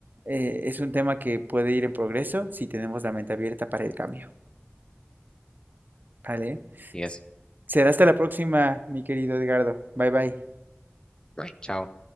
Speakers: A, on the right; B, on the left.
A: eh, es un tema que puede ir en progreso si tenemos la mente abierta para el cambio, ¿vale?
B: Así es.
A: S- Será hasta la próxima, mi querido Edgardo. Bye bye.
B: Bye, chao.